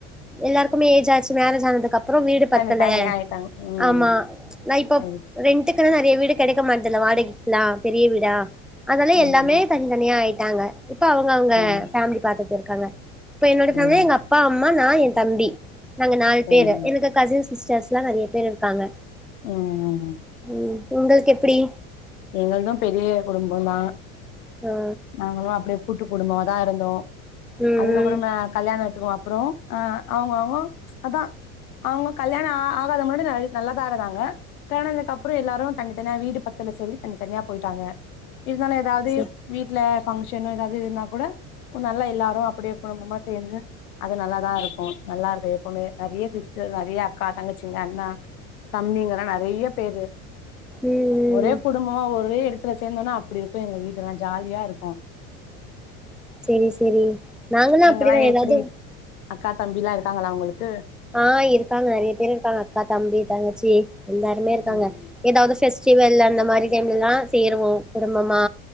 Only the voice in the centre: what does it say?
எல்லாருக்குமே ஏஜ் ஆச்சு மேரேஜ் ஆனதுக்கப்றோ வீடு
ல
ஆமா
நா இப்ப
ரென்ட்டுக் நிறைய வீடு கெடைக்க மாட்டதுல வாடகைக்குலா பெரிய விடா அதனால
எல்லாமே
தனித்தனியா ஆயி ட்டாங்க இப்ப அவங்க அவங்க
ஃபேமிலிய பாத்துட்டு கலர் இப்ப என்னோட
சந்தேகம் எங்க அப்பா அம் அம்மா நான் என் தம்பி நாங்க நாலு
பேரு எனக்கு கசின்ஸ் சிஸ்டர்ஸ்லாம் நிறைய பேர் இருக்காங்க
உம் உங்களுக்கு எப்படி
ஆ
ம்
ம்
செ
ம்
ம்
செரி செரி நாங்களு
அப்பிடிதா
எதாவுது
ஆ இருக்காங்க நெறைய பேரு இருக்காங்க அக்கா தம்பி தங்கச்சி எல்லாருமே இருக்காங்க
எதாவுது ஃபெஸ் டிவல் அந்த மாரி டைம்லெலா சேருவோ குடும்பமா